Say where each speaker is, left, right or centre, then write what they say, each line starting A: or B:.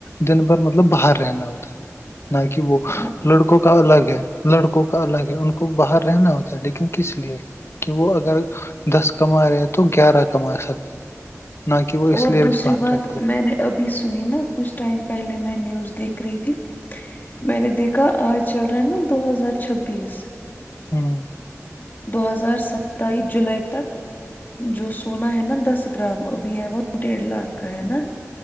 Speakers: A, on the left; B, on the left.
A: دن بھر مطلب باہر رہنا ہوتا ہے <unintelligible> نہ کہ وہ
B: ہاں
A: لڑکوں کا الگ ہے لڑکوں کا الگ ہے ان کو کو باہر رہنا ہوتا ہے لیکن کس لیے <unintelligible> کہ وہ اگر دس کما رہے ہیں تو گیارہ کما سکے نہ کہ وہ اس
B: اور
A: لیے
B: دوسری
A: بھی باہر
B: بات
A: رہتے ہیں
B: میں نے ابھی سنی نا کچھ ٹائم پہلے میں نیوز دیکھ رہی تھی بین دیکا آج چل رہا ہے نا دو ہزار چھبیس
A: ہوں
B: دو ہزار ستائیس جولائی تک جو سونا ہے نا دس گرام ابھی ہے وہ ڈیڑھ لاکھ کا ہے نا